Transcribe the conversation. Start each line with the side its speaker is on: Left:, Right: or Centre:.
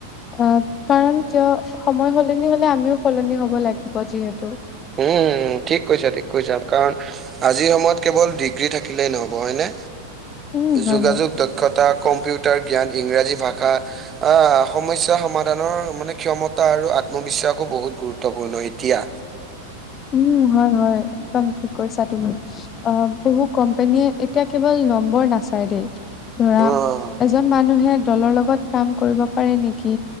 Left: অ', কাৰণ কিয় সময় সলনি হলে আমিও সলনি হব লাগিব যিহেতু।
Right: উম, ঠিক কৈছা, ঠিক কৈছা কাৰণ আজিৰ সময়ত কেৱল ডিগ্ৰী থাকিলেই নহ'ব হয়নে,
Left: উম হয়
Right: যোগাযোগ
Left: হয়
Right: ক্ষতা, কম্পিউটাৰ জ্ঞান, ইংৰাজী ভাষা আহ, সমস্যা সমাধানৰ মানে ক্ষমতা আৰু আত্মবিশ্বাসো বহুত গুৰুত্বপূৰ্ণ এতিয়া।
Left: উম, হয়, হয়, একদম ঠিক কৈছা তুমি অ', বহু কোম্পনীয়ে এতিয়া কেৱল নম্বৰ নাচাই দেই ধৰা
Right: অ',
Left: এজন মানুহে দলৰ লগত কাম কৰিব পাৰে নেকি,